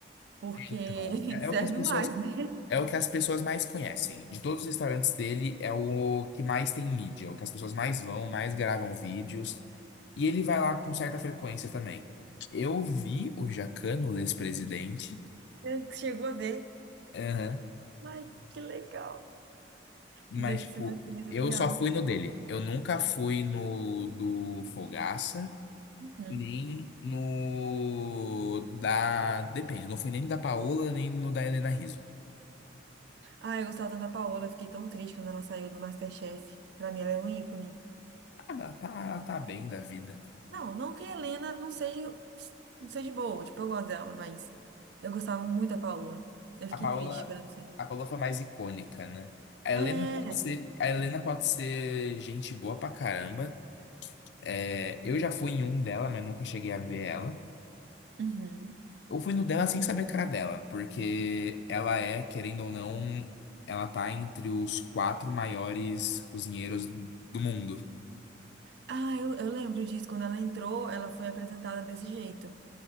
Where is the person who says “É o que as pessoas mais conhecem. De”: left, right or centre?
Left